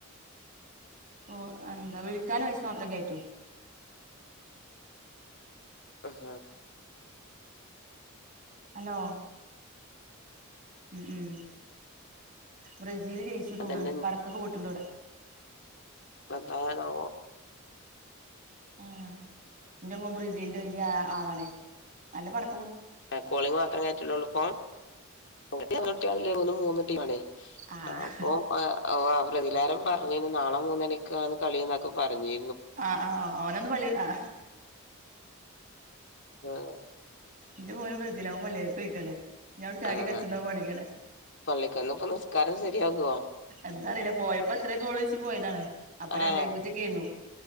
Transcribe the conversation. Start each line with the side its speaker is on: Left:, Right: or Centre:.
Right: കോ എന്ത വിളിക്കാള്ള പൈസ മാത്രം കേറ്റും
Left: ആഹാ
Right: ഹലോ ഉ ഉം ബ്രസീല് ജയിച്ചു തോന്ന്ണ്
Left: അതന്നെ
Right: പടക്കൊക്കെ പൊ ണ്ടൂടെ
Left: പ്പെന്തായാനാവോ?
Right: ആ എന്റെ മോൻ ബ്രസീൽന്റെ വല്ല്യ ആളാണേ നല്ല പട
Left: ഏ കോളിംഗ് മാത്രം കേറ്റലൊള്ളൂ പ്പം ങ്ങക്കെത്ര കുട്ട്യാള ള്ളെ <unintelligible> മൂന്നുട്ട്യളാണേ <unintelligible>
Right: ആഹ്
Left: അപ്പം അ ഓ അ <unintelligible> പറഞ്ഞിനി നാളെ മൂന്നണിക്കാണ് കളീന്നൊക്കെ പറഞ്ഞീ
Right: ആഹ് ആഹ് ഓനന്ന് പള്ളി ആഹ്
Left: ആഹ്
Right: ന്റെ മോനും ബ്രസീല ഓൻ പള്ളീല് പോയേക്കാണ് ഞാവടെ ചാടി
Left: ആഹ്
Right: കളിച്ണ്ടാവും <unintelligible> മാണെങ്കി ആടെ
Left: പള്ളിക്കന്ന് ഇപ്പൊ നിസ്കാരം ശരിയാകുവോ
Right: എന്താറില്ല പോയപ്പോ ആത്രേ ഗോളോയ്ച്ച് പോയതാണ് അപ്പ
Left: ആഹ്
Right: രണ്ടേ പൂജ്യക്കേന്നു